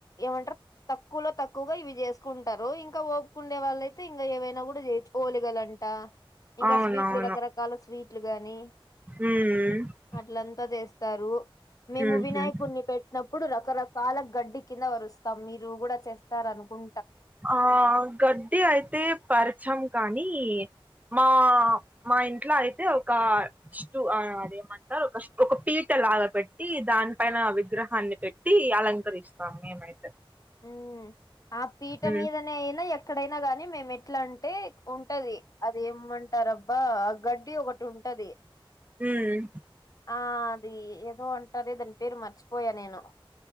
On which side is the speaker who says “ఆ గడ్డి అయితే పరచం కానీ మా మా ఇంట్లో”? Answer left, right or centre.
Right